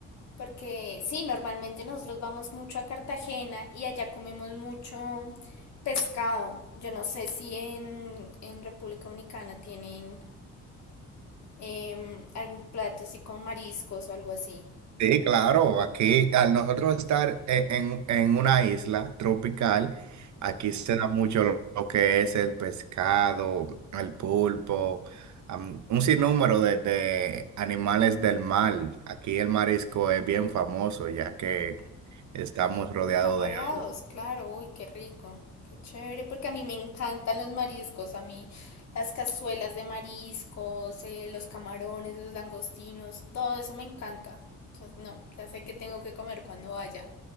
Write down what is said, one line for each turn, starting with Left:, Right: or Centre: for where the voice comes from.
Left: Porque sí, normalmente nosotros vamos mucho a Cartagena y allá comemos mucho pescado. Yo no sé si en, en República Dominicana tienen em, algún plato así con mariscos o algo así.
Right: Sí, claro, aquí al nosotros estar e- en, en una isla tropical, aquí se da mucho lo, lo que es el pescado, el pulpo, am, un sinnúmero de, de animales del mar. Aquí el marisco es bien famoso ya que estamos rodeados
Left: Están rabiados,
Right: de agua.
Left: claro, uy, qué rico, qué chévere, porque a mí me encantan los mariscos, a mí las cazuelas de mariscos, eh, los camarones, los langostinos, todo eso me encanta. Entonces, no, ya sé que tengo que comer cuando vaya.